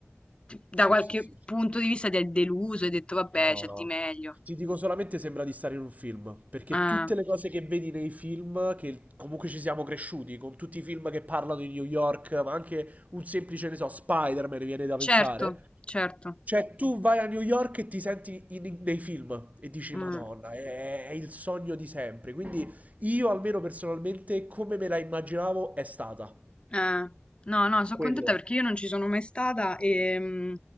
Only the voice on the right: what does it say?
Sì,
sì, sì.
No,
ti dico solamente sembra di stare in un film, perché
tutte le cose che vedi nei film, che comunque ci siamo cresciuti, con tutti i film che parlano di New York, ma anche un semplice, ne so, Spider-Man viene da
pensare.
Cioè, tu vai a New York e ti senti in- nei film e dici,
Madonna, è, è il sogno di sempre. Quindi io, almeno personalmente, come me la immaginavo, è stata.
Quello
è.